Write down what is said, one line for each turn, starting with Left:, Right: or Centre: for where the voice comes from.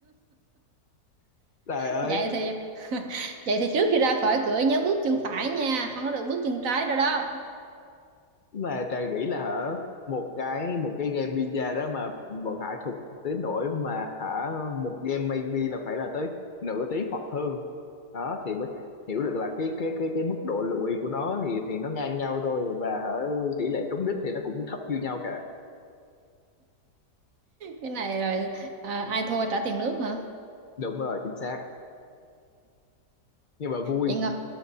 Left: trời ơi
Right: Vậy thì <laughs> vậy thì trước khi ra khỏi cửa nhớ bước chân phải nha, không có được bước chân trái đâu đó.
Left: mà Trà nghĩ là hả một cái một cái game pizza đó mà bọn Hải thục tới nỗi mà hả một game maybe là phải là tới nửa tiếng hoặc hơn đó thì mới hiểu được là cái cái cái cái mức độ lụi của nó thì thì nó ngang nhau thôi và hả tỷ lệ trúng đích thì nó cũng thấp như nhau cả
Right: Cái này rồi à, ai thua trả tiền nước hả?
Left: đúng rồi chính xác nhưng mà vui
Right: Vậy ngồi